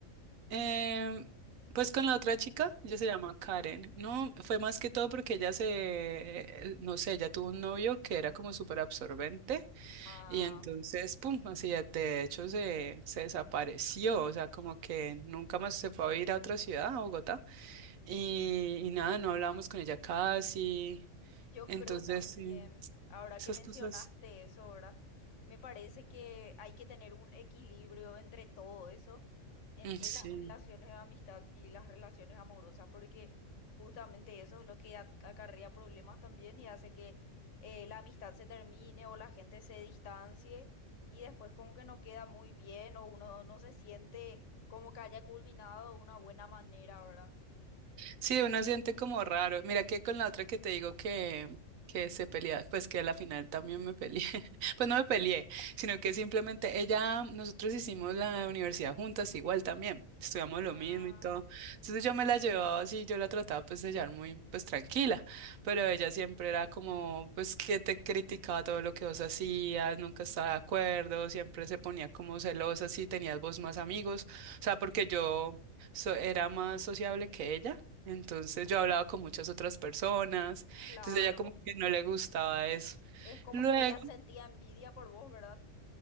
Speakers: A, on the right; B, on the left.
A: em, pues con la otra chica, ella se llama Karen. No, fue más que todo porque ella se, no sé, ella tuvo un novio que era como súper absorbente.
B: Ah.
A: Y entonces, pum, así de de hecho se, se desapareció, o sea, como que nunca más se fue a ir a otra ciudad, a Bogotá, y, y nada, no hablábamos con ella casi,
B: Yo
A: entonces,
B: creo también,
A: sí,
B: ahora
A: esas
B: que mencionaste
A: cosas,
B: eso, ¿verdad? Me parece que hay que tener un equilibrio entre todo eso, entre
A: mm, sí.
B: las relaciones de amistad y las relaciones amorosas, porque justamente eso es lo que at- acarrea problemas también y hace que eh, la amistad se termine o la gente se distancie y después como que no queda muy bien o uno no se siente como que haya culminado de una buena manera, ¿verdad?
A: Sí, uno siente como raro. Mira que con la otra que te digo que, que se peleaba, pues que a la final también me peleé. <laughs> Pues no me peleé, sino que simplemente ella, nosotros hicimos la universidad juntas igual también. Estudiamos
B: Ah,
A: lo mismo y todo. Entonces yo me la llevaba así, yo la trataba pues de llevar muy pues tranquila, pero ella siempre era como pues que te criticaba todo lo que vos hacías, nunca estaba de acuerdo, siempre se ponía como celosa si tenías vos más amigos, o sea, porque yo so- era más sociable que ella. Entonces yo hablaba con muchas otras personas,
B: claro.
A: entonces ella como que no le gustaba eso.
B: Es como
A: Luego,
B: que ella sentía envidia por vos, ¿verdad?